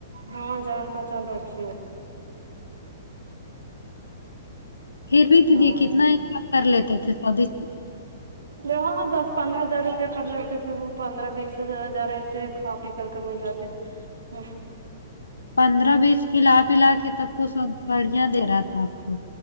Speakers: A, on the right; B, on the left.
A: ہاں جان پہچان اچھی
B: پھر بھی دیدی
A: ہاں
B: کتنا ان کام کر لیتے تھے سوادیش سے
A: جو ہاں دس پندرہ ہزار روپیہ کر لیتے تھے وہ پندرہ بیس ہزار ایسے کھاتے کرتے مل جاتی ہ
B: پندرہ بیس کھلا پلا کے تب تو سب بڑھیاں دے رہا تھا